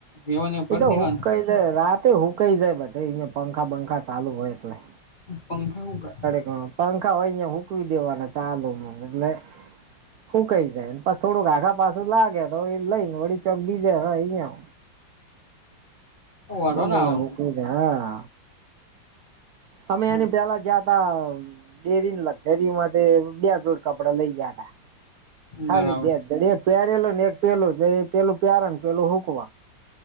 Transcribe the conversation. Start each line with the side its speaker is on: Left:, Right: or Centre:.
Left: બેવને ભર
Right: એ તો
Left: દેવાનું
Right: હુકાઈ જાય રાતે હુકાઈ જાય બધે અયા પંખા પંખા ચાલુ હોય એટલે
Left: પંખા હોગ
Right: હ પંખા હો અહં હૂકવી દેવાના ચાલુ એટલે શું કઈ જાયને થોડું આઘા પાછું લાગે તો એ લઈને વડી ચોક બીજે રયા
Left: વાંધો
Right: ગમે
Left: ના આવે
Right: યા સુકવી
Left: આમ તો
Right: દે હા અમે
Left: અચ્છા
Right: એની પેલા જ હા ડેરી લક્ઝરીમાં બે જોડ કપડા લઈ ગયા ત ખાલી
Left: બરાબર
Right: બે જ જણ એક પહેરેલ ને એક પેલું જે પેલું પ્યારન પેલું હુકમ